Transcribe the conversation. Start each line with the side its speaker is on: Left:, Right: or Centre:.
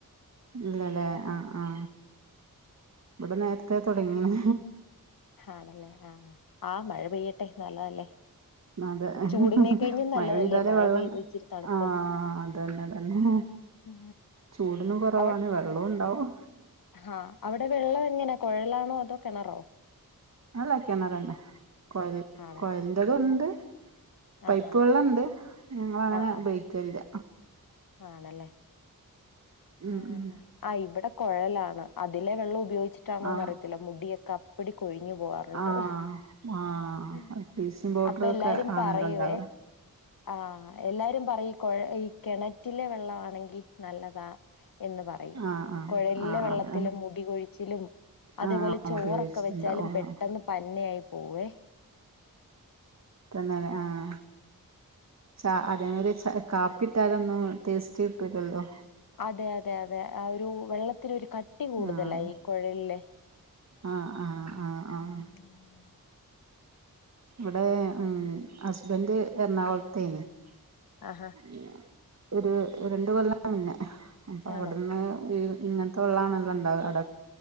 Right: ഇല്ലല്ലേ
Left: ആ
Right: അ അ ഇവിടെ നേര ക്കെ തുടങ്ങിണ്
Left: ആണല്ലേ ആ ആ മഴ പെയ്യട്ടെ നല്ലതല്ലേ
Right: അതെ
Left: ചൂടിനെ കഴിഞ്ഞും
Right: മഴ
Left: നല്ലതല്ലേ
Right: പെയ്താലേ
Left: മഴ
Right: വെള്ളം
Left: പെയ്ത് ഇച്ചിരി തണുപ്പ്
Right: ആ അതന്നെ തന്നെ
Left: ആ
Right: ചൂടിനും കുറവാണ്
Left: അവ
Right: വെള്ളം ഉണ്ടാവും
Left: ആ അവിടെ വെള്ളം എങ്ങനെ കുഴലാണോ അതോ കിണറോ
Right: അല്ല കിണറന്ന കോയൽ
Left: ആണല്ലേ
Right: കോയലിന്റെതും ഉണ്ട് പൈപ്പ്
Left: ആഹാ
Right: വെള്ളംണ്ട് ഞങ്ങള് അങ്ങനെ
Left: ആ ആ
Right: ഉപയോഗിക്കലില്ല.
Left: ആണല്ലേ
Right: ഉം
Left: ആഹ്
Right: ഉം
Left: ആ ഇവിടെ കൊഴലാണ് അതിലെ വെള്ളം ഉപയോഗി ച്ചിട്ടാണോ
Right: ആഹ്
Left: എന്നറിയത്തില്ല മുടിയൊക്കെ അപ്പടി കൊഴിഞ്ഞ് പോവാറുണ്ട്
Right: ആഹ് ആഹ്
Left: <unintelligible>
Right: ബ്ലീച്ചിങ് പൗഡറൊക്കെ
Left: അപ്പയെല്ലാരും
Right: ആണല്ലോ
Left: പറയുവെ
Right: ഉണ്ടാവ
Left: ആഹ് എല്ലാരും പറയും കൊഴ ഈ കെണറ്റ് റ്റിലെ വെള്ളവാണെങ്കി നല്ലതാ എന്ന് പറയും
Right: ആഹ് ആഹ്
Left: കൊഴലിലെ
Right: ആഹ്
Left: വെള്ളത്തിലും
Right: അതെ
Left: മുടി കൊഴിച്ചിലും അതെപോലെ
Right: ആഹ്
Left: ചോറൊക്കെ
Right: മോട്ടിവേഷൻണ്ടാവും
Left: വെച്ചാലും പെട്ടെന്ന്
Right: ആഹ്
Left: പന്നയായി ഉവ്വേ
Right: <unintelligible> ആഹ് ചാ അതെങ്കില് ച കാപ്പി ഇട്ടാല് ഒന്നും ടേസ്റ്റ് കിട്ടൂലല്ലോ
Left: അതെ അതെ അതെ ഒരു വെള്ളത്തിന് കട്ടി കൂടുതലാ
Right: ആഹ്
Left: ഈ കൊഴൽലെ
Right: ആഹ് ആഹ് ആഹ്
Left: <unintelligible>
Right: ആഹ് ഇവിടെ ഉം ഹസ്ബൻഡ് എറണാകുളത്തേന്
Left: ആഹാ
Right: <inaudible> ഒരു രണ്ട് കൊല്ലം മുന്നേ അപ്പൊ അവിടന്ന്
Left: ആണോ
Right: ഇങ്ങൻത്തെ വെള്ളാണല്ലോ ഇണ്ടാവാ അവിടെ